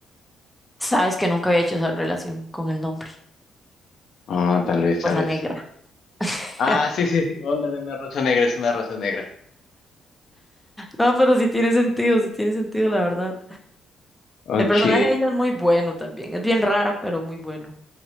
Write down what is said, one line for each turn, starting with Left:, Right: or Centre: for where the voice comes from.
Centre: Sabes que nunca había hecho esa relación con el nombre,
Left: Ah, tal vez, tal
Centre: Rosa
Left: vez.
Centre: Negra. <laughs>
Left: Ah, sí, sí, sí. Ándale, una rosa negra, es una rosa negra.
Centre: No, pero sí tiene sentido, sí tiene sentido, la verdad.
Left: Ok.
Centre: El personaje de ella es muy bueno también. Es bien rara, pero muy bueno.